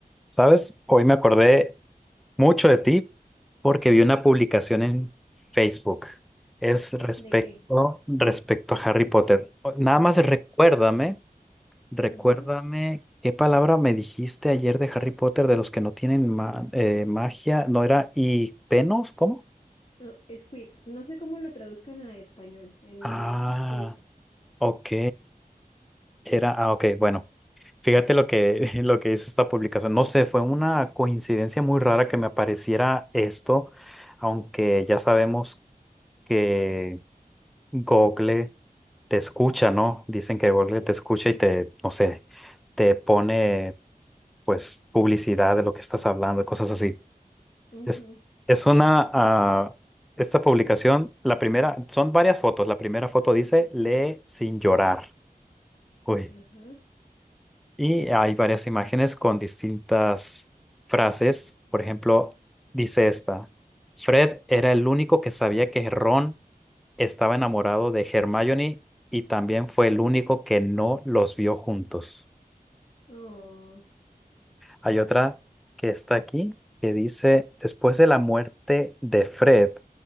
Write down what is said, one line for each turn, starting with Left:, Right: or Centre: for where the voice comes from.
Centre: ¿Sabes? Hoy me acordé mucho de ti porque vi una publicación en Facebook. Es respecto,
Left: ¿De qué?
Centre: respecto a Harry Potter. O- Nada más recuérdame, recuérdame
Left: Ajá.
Centre: qué palabra me dijiste ayer de Harry Potter de los que no tienen ma- eh, magia. ¿No era y penos? ¿Cómo?
Left: No, Squib. No sé cómo lo traduzcan a español. En
Centre: Ah,
Left: inglés es Squib.
Centre: ok. Era, ah, ok, bueno. Fíjate lo que, <laughs> lo que dice esta publicación. No sé, fue una coincidencia muy rara que me apareciera esto, aunque ya sabemos que Google te escucha, ¿no? Dicen que Google
Left: Sí.
Centre: te escucha y te, no sé, te pone pues publicidad de lo que estás hablando, cosas así.
Left: Ujú.
Centre: Es, es una, ah, esta publicación, la primera, son varias fotos. La primera foto dice, lee sin llorar. Uy.
Left: Ajá.
Centre: Y hay varias imágenes con distintas frases. Por ejemplo, dice esta, Fred era el único que sabía que Ron estaba enamorado de Hermione y también fue el único que no los vio juntos.
Left: Oh.
Centre: Hay otra que está aquí que dice, después de la muerte de Fred,